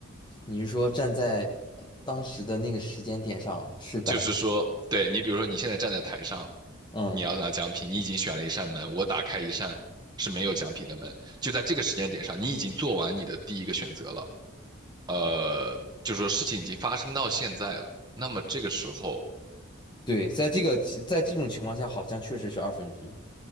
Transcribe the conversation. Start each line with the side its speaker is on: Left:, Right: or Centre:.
Left: 你是说站在呃当时的那个时间点上是百分，
Right: 就是说，对你比如说你现在站在台上，
Left: 嗯，
Right: 你要拿奖品，你已经选了一扇门，我打开一扇是没有奖品的门，就在这个时间点上，你已经做完你的第一个选择了。呃，就是说事情已经发生到现在了，那么这个时候，
Left: 对，在这个在这种情况下，好像确实是二分之一，